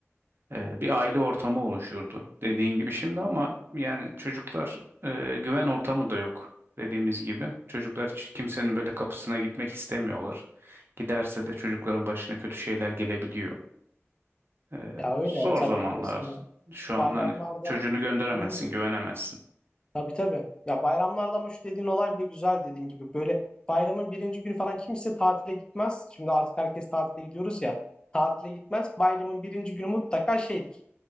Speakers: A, on the right; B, on the left.
A: E, bir aile ortamı oluşurdu. Dediğin gibi şimdi ama yani çocuklar e, güven ortamı da yok. Dediğimiz gibi çocuklar hiç kimsenin böyle kapısına gitmek istemiyorlar. Giderse de çocukların başına kötü şeyler gelebiliyor. Ee,
B: Ya öyle
A: zor
B: tabii
A: zamanlar
B: mesela
A: şu an
B: bayramlarda
A: hani çocuğunu gönderemezsin,
B: dediğin gibi.
A: güvenemezsin.
B: Tabii tabii. Ya bayramlarda ama şu dediğin olay bile güzel dediğin gibi. Böyle bayramın birinci günü falan kimse tatile gitmez. Şimdi artık herkes tatile gidiyoruz ya. Tatile gitmez. Bayramın birinci günü mutlaka şeydir.